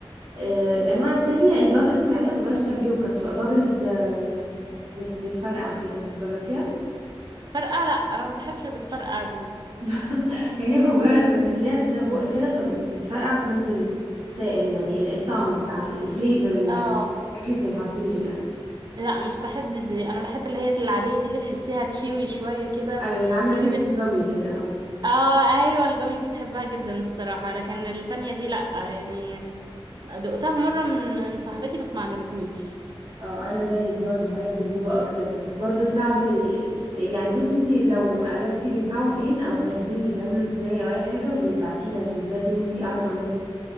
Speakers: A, on the right; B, on the right.
A: آه، الانواع التانية البابلز بتاعتها بتبقاش تابيوكا بتبقى بابلز آه، بت- بتفرقع كده جربتيها
B: فرقعة لا انا ما بحبش اللي بتفرقع دي
A: <laughs> هي مجرد ما تاكليها تحطيها في بقك كده فبتفرقع وتنزل سائل يعني ال- الطعم بتاع الفليفر
B: اه
A: فاكهة العصير يعني
B: لا مش بحب دي انا بحب اللي هي العادية دي اللي تحسيها تشيوي شوية كده
A: ايوه اللي عامله
B: كان
A: زي الجامي
B: بت...
A: كده اه
B: اه ايوه الجوين دي بحبها جدا الصراحة لكن التانية دي لا يعني دقتها مرة من من صاحبتي بس ما عجبتنيش
A: اه انا زيك برضو بحب البوبة اكتر بس برضو صعب ي- يعني بصي انتي لو عرفتي بيتباعوا فين او جاهزين بيتعملوا ازاي او اي حاجة بيبعتيلي عشان بجد نفسي اعرف اعملها